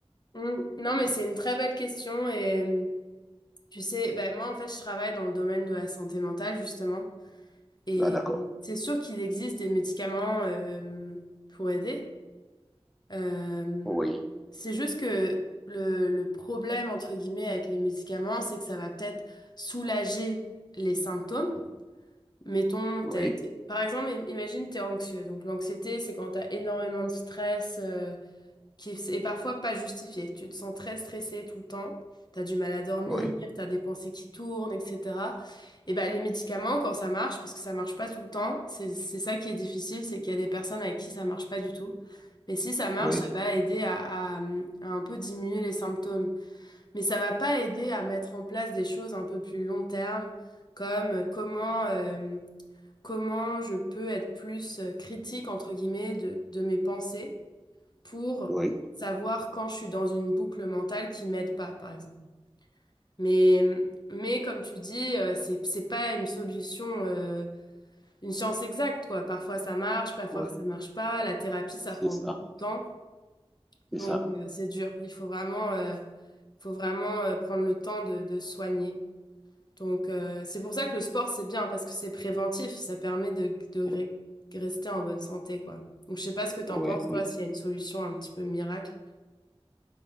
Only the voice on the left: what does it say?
Mhm. Non, mais c'est une très belle question. Et euh, tu sais, ben, moi, en fait, je travaille dans le domaine de la santé mentale, justement. Et
c'est sûr qu'il existe des médicaments euh, pour aider. Euh,
c'est juste que le, le problème, entre guillemets, avec les médicaments, c'est que ça va peut-être soulager les symptômes. Mettons,
t'as été- par exemple, im- imagine, tu es anxieux. Donc, l'anxiété, c'est quand tu as énormément de stress. euh, qui est parfois pas justifié. Tu te sens très stressé tout le temps, tu as du mal à dormir,
tu as des pensées qui tournent, etc. Et ben les médicaments, quand ça marche, parce que ça marche pas tout le temps, c'est c'est ça qui est difficile, c'est qu'il y a des personnes avec qui ça marche pas du tout. Mais si ça marche,
ça va aider à, à, à un peu diminuer les symptômes. Mais ça va pas aider à mettre en place des choses un peu plus long terme, comme euh, comment, euh, comment je peux être plus euh, critique, entre guillemets, de, de mes pensées pour
savoir quand je suis dans une boucle mentale qui m'aide pas, par exemple. Mais, mais comme tu dis, euh, c'est, c'est pas une solution, euh, une science exacte, quoi. Parfois ça marche, parfois
ça marche pas. La thérapie, ça
prend
beaucoup de temps. Donc,
euh, c'est dur. Il faut vraiment, euh, faut vraiment euh, prendre le temps de, de se soigner. Donc, euh, c'est pour ça que le sport, c'est bien parce que c'est préventif. Ça permet de, de
re- rester en bonne santé, quoi. Donc, je sais pas ce que t'en
penses,
toi, s'il y a une solution un petit peu miracle.